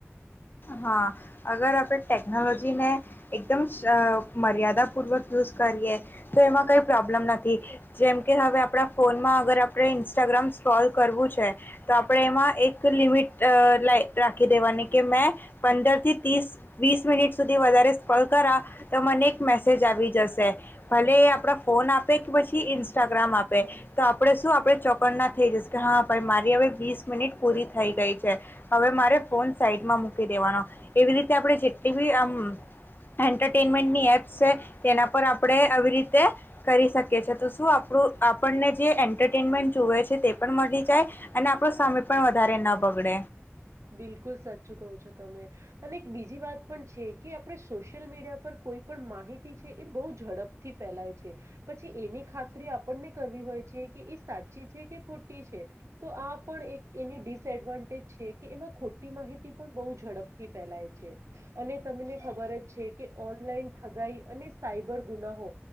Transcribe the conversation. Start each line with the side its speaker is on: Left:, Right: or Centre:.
Left: હા અગર આપણે ટેકનોલોજીને એકદમ અ મર્યાદાપૂર્વક યુઝ કર રીએ તો એમાં કઈ પ્રોબ્લમ નથી જેમ કે હવે આપણા ફોનમાં અગર આપણે ઇન્સ્ટાગ્રામ સોલ્વ કરવું છે તો આપણે એમાં એક લિમિટ લ રાખી દેવાની કે મેં પંદરથી ત્રીસ વીસ મિનિટ સુધી વધારે સ્કોલ કરા તો મને એક મેસેજ આવી જશે ભલે એ આપડા ફોન આપે કે પછી ઇન્સ્ટાગ્રામ આપે તો આપડે શું આપડે ચોકડ ના થઈ જ હા ભાઈ મારી હવે વીસ મિનિટ પૂરી થઈ ગઈ છે હવે મારે ફોન સાઈડમાં મુૂકી દેવાનો એવી રીતે આપડણે જેટલી બી આમ એન્ટરટેનમેન્ટની એપ્સ છે તેના પર આપણે આવી રીતે કરી શકીએ છીએ તો શું આપ આપણું આપણને જે એન્ટરટેનમેન્ટ જુએ છે તે પણ મળી જાય અને આપણો સમય પણ વધારે ન ભગે અવડ
Right: બિલકુલ સાચું કહો છો તમે અને એક બીજી વાત પણ છે કે આપણે સોશિયલ મીડિયા પર કોઈ પણ માહિતી છે એ બહુ ઝડપ થી ફેલાય છે પછી એની ખાત આપને કરવી હોય છે કે સાચી છે કે ખોટી છે તો આ એક એની ડિસએડવાન્ટેજ છે કે એમાં ખોટી માહિતી પણ બહુ ઝડપથી ફેલાય છે અને તમને ખબર જ છે કે ઓનલાઈન ઠગાઈ અને સાયબર ગુનાહો